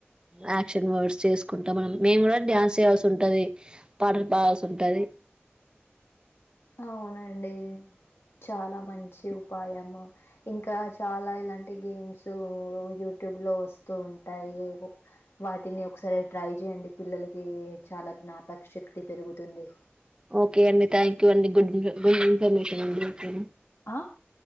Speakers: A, on the right; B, on the left.
A: యాక్షన్ వర్డ్స్ చేసుకుంటాం మనం మేము కూడా డ్యాన్స్ చేయాల్సి ఉంటది పాటలు పావాల్సి ఉంటది
B: అవునండి చాలా మంచి ఉపాయము ఇంకా చాలా ఇలాంటి గేమ్స్ యూట్యూబ్ లో వస్తా ఉంటాయి వాటిని ఒకసారి ట్రై చేయండి పిల్లలకి చాలా జ్ఞాపక శక్తి క్తి పెరుగుతుంది
A: ఓకే అండి థ్యాంక్ యూ అండి గుడ్ గుడ్ ఇన్ఫర్మేషన్ అండి
B: ఆ